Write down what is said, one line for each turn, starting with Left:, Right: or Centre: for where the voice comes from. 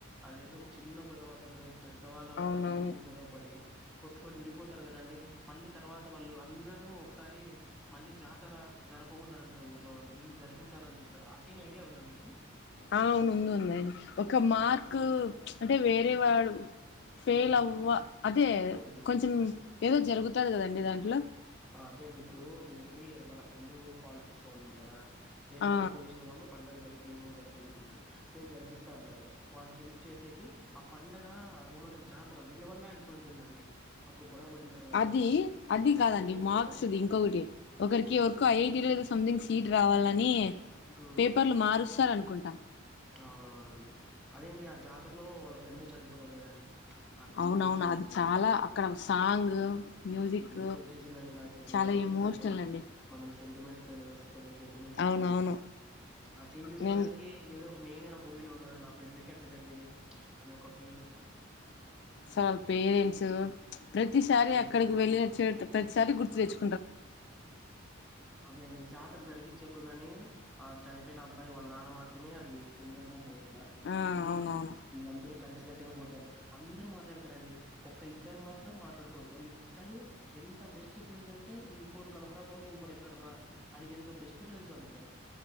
Centre: అదేదో చిన్న గొడవసలు. పెద్దవాళ్ళ వల్ల
Left: అవునవును
Centre: వీళ్లు గొడవ పడి కొట్టుకొని విడిపోతారు కదండి మల్లీ తర్వాత. వాళ్ళు అందరూ ఒకసారి మళ్ళీ జాతర జరపకూడదు అని అంటారు ఊర్లో వాళ్ళు వీళ్ళు జరిపించాలని జూస్ రు ఆ సీన్ ఐడియా ఉందా మీకి.
Left: అవును, ఉంది ఉంది ఒక
Centre: అప్పుడు
Left: మార్కు ప్చ్ అంటే వేరే వాడు. <unintelligible> ఫెయిల్
Centre: మ్మ్
Left: అవ్వ అదే
Centre: కూడదు
Left: కొంచెం ఏదో జరుగుతాది గదండి. ఇదాని
Centre: అదే అండి ఇప్పుడు వీళ్ళకి వాళ్ళ ఫ్రెండు పాలిటిక్స్ లొ ఉండింటాడా వేరే
Left: ఆ
Centre: వాళ్ళ అపోజిషన్ వాళ్ళు పండగ జరిపి నువ్ జరపకూడదు అంటారు నేను జరిపిస్తా అంటాడు వాని హెల్ప్ చేసేకి ఆ పండగ అదేమంటారు జాతర వీళ్ళ వల్లే ఆగిపోయి ఉంటుందండి అప్పుడు గొడవ పడింటారు కదండి
Left: అది అది
Centre: వాళ్ళ
Left: కాదండి
Centre: ఫ్రెండ్ చనిపోతాడు
Left: మార్క్స్ది ఇంకొకటి ఒకరికి ఎవరకో ఐ ఐటీ లేదో సంథింగ్ సీట్ రావాలని
Centre: ఉమ్
Left: పేపర్లు మారుస్తారనుకుంటా
Centre: అవునవునండి అదే అండి ఆ జాతర్లో ఫ్రెండ్ చనిపోతడు కదండి ఆ సీన్
Left: అవునవును
Centre: జూస్తే
Left: అది చాలా
Centre: ఏడు
Left: అక్కడ సాంగ్ మ్యూజిక్
Centre: ఏడుపు వచ్చేసిందిండి నాకైతే
Left: చాలా ఎమోషనల్
Centre: కొంచెం
Left: అండి
Centre: మనం సెంటిమెంట్ ఫ్రెండు గోస్ కొంచెం సెంటిమెంట్స్ ఎక్కువ
Left: అవునవును
Centre: అండి ఆ సీన్ చూసేసరికి
Left: నేను
Centre: ఏదో నేనే ఆ మూవీలో ఉన్నాను నా ఫ్రెండ్కి ఎట్లా జరిగింది ప్చ్ అని ఒక ఫీలు
Left: స్వల్ వాళ్ళ పేరెంన్సు ప్రతిసారి
Centre: ఆ పేరు
Left: అక్కడికి వెళ్ళినచ్చేట్టు ప్రతిసారి గుర్ రిచు
Centre: అదే అండి జాతర జరిపించేప్పుడు గానీ ఆ చనిపోయిన అబ్బాయి వాళ నాన్న మాత్రమే అది కుండ ఏమో మోయలి య
Left: ఆ
Centre: అది
Left: అవునవును
Centre: వీళ్ళందరూ కలిసి గట్టిగా పోతారు అందరు మాట్లాడతారండి ఒక్క ఇద్దరు మాత్రం మాట్లాడుకోరు వాళ్ళిద్దరు ఎంత బెస్ట్ ఫ్రెండ్స్ అంటే ఇం క డు కనపడకుండా ఇంకోడెక్కడ రా అనిగెంత బెస్ట్ ఫ్రెండ్స్ వాళ్ళిద్దరు